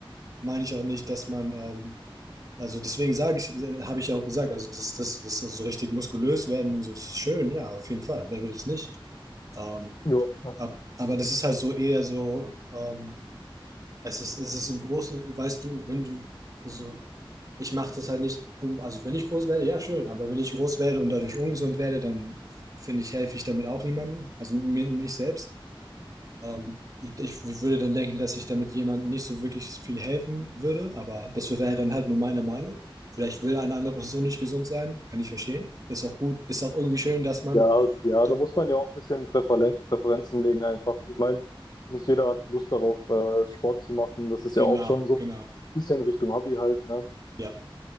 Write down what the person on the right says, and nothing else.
meine ich auch nicht, dass man, ähm, also deswegen sage ich, äh, habe ich ja auch gesagt, also das, das, das so richtig muskulös werden und so, das ist schön, ja, auf jeden Fall. Wer will es nicht? Ähm,
ab, aber das ist halt so eher so, ähm, es ist, es ist im Großen, weißt du, wenn du, also ich mache das halt nicht um, also wenn ich groß werde, ja, schön, aber wenn ich groß werde und dadurch ungesund werde, dann finde ich, helfe ich damit auch niemandem, also mir nicht selbst. Ähm, ich, ich würde dann denken, dass ich damit jemandem nicht so wirklich viel helfen würde, aber das wäre dann halt nur meine Meinung. Vielleicht will eine andere Person nicht gesund sein, kann ich verstehen. Ist auch gut, ist auch irgendwie schön, dass man,
d-
genau,
genau,
ja.